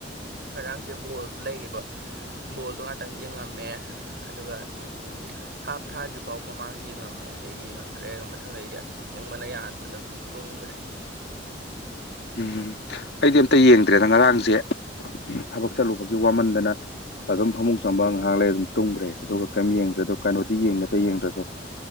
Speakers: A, on the right; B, on the left.
A: ꯉꯔꯥꯡꯁꯦ ꯕꯣꯜꯁꯨ ꯂꯩꯌꯦꯕ ꯕꯣꯜꯗꯣ ꯉꯥꯛꯇꯪ ꯌꯦꯡꯉꯝꯃꯦ ꯑꯗꯨꯒ ꯍꯥꯞ ꯊꯥꯗ꯭ꯔꯤꯐꯥꯎ ꯃꯃꯥꯡꯗꯤ ꯌꯦꯡꯉꯝꯃꯦ ꯑꯗꯩꯗꯤ ꯌꯦꯡꯉ ꯐꯔꯦꯛꯒ ꯃꯊꯪꯗ ꯑꯩꯗꯤ ꯑꯁ ꯇꯨꯝꯅꯤꯡꯕꯅ ꯌꯥꯗꯗꯅ ꯑꯗꯨꯝ ꯇꯨꯝꯈ꯭ꯔꯦ
B: ꯎꯝꯝ ꯑꯩꯗꯤ ꯑꯝꯇ ꯌꯦꯡꯗ꯭ꯔꯦꯗ ꯉꯔꯥꯡꯁꯦ ꯊꯕꯛ ꯆꯠꯂꯨꯕꯒꯤ ꯋꯥꯃꯟꯗꯅ ꯑꯗꯨꯝ ꯐꯃꯨꯡ ꯆꯪꯕ ꯉꯥꯏꯍꯥꯛ ꯂꯩ ꯑꯗꯨꯝ ꯇꯨꯝꯈ꯭ꯔꯦ ꯑꯗꯨꯒ ꯀꯔꯤꯝ ꯌꯦꯡꯗ꯭ꯔꯦ ꯑꯗꯣ ꯀꯩꯅꯣꯗꯤ ꯌꯦꯡꯉꯦ ꯑꯇꯩ ꯌꯦꯡꯗ꯭ꯔꯁꯨ